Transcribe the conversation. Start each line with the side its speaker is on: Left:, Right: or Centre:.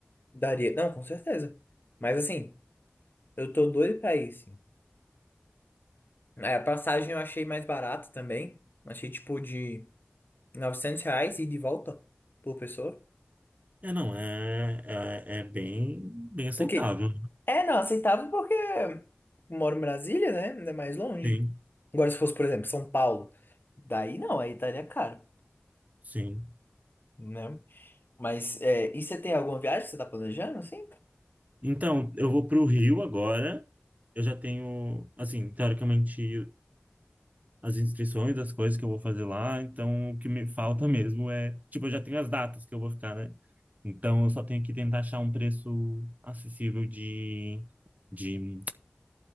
Left: Daria. Não, com certeza. Mas assim, eu tô doido pra ir, sim. É, A passagem eu achei mais barata também. Achei tipo de 900 reais e de volta por pessoa.
Right: É, não, é, é, é bem, bem aceitável.
Left: Porque. É, não, aceitável porque eu moro em Brasília, né? Ainda É mais longe.
Right: Sim,
Left: Agora, se fosse, por exemplo, São Paulo, daí não, aí estaria caro,
Right: sim.
Left: né? Mas, é, e você tem alguma viagem que você tá planejando, assim?
Right: Então, eu vou para o Rio agora. Eu já tenho, assim, teoricamente, as inscrições, as coisas que eu vou fazer lá. Então, o que me falta mesmo é, tipo, eu já tenho as datas que eu vou ficar, né? Então, eu só tenho que tentar achar um preço acessível de, de